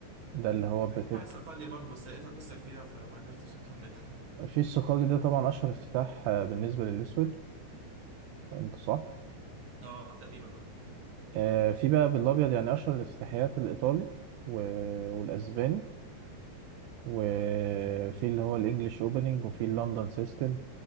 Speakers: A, on the right; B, on the right.
A: ده اللي هو
B: باجي
A: بتبقى
B: بقى الصقلية برضو بس لقيتها قصه كبيره فما قدرتش اكملها
A: في الصقلي ده طبعا اشهر افتتاح آه بالنسبه للاسود انت صح
B: <laughs> اه تقريبا
A: آه في بقى بالابيض يعني اشهر الافتتاحيات الايطالي و... والاسباني وفي اللي هو الانجليش اوبننج وفي اللندن سيستم